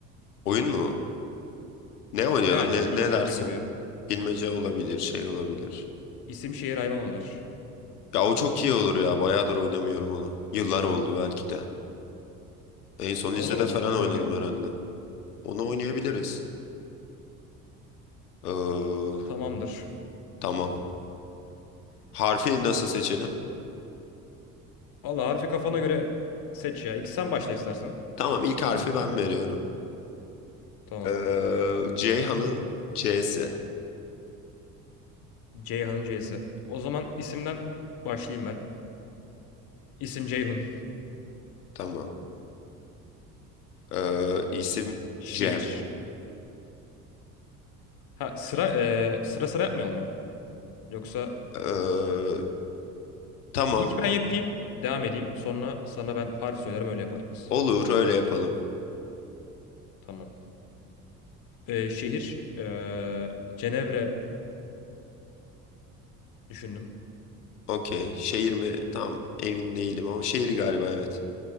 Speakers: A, on the left; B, on the left.
A: Oyun mu? Ne oynayalım?
B: Yani
A: Ne,
B: bilmece
A: ne dersin?
B: gibi.
A: Bilmece olabilir,
B: İ-
A: şey olabilir.
B: İsim şehir hayvan olabilir.
A: Ya o çok iyi olur ya. Bayağıdır oynamıyorum onu. Yıllar oldu belki de. En son lisede
B: Olur o zaman
A: falan
B: onu
A: oynadım
B: oynayalım.
A: herhalde. Onu oynayabiliriz. Ee,
B: Tamamdır.
A: tamam. Harfi nasıl seçelim?
B: Valla harfi kafana göre seç ya. İki sen başla istersen.
A: Tamam, ilk harfi
B: Böyle yapalım.
A: ben veriyorum.
B: Tamam.
A: Ee, Ceyhan'ın C'si.
B: Ceyhan'ın C'si. O zaman isimden başlayayım ben. İsim Ceyhun.
A: Tamam. Ee, isim
B: Şehir.
A: Cem.
B: Ha sıra eee, sıra sıra yapmayalım mı? Yoksa
A: Ee, tamam.
B: ilk ben yapayım. Devam edeyim. Sonra sana ben harf söylerim öyle yaparız.
A: Olur
B: Sıra
A: öyle
B: sıra.
A: yapalım.
B: Tamam. Ee, şehir ee, Cenevre düşündüm.
A: Okey. Şehir mi? Tam emin değilim ama şehir galiba evet.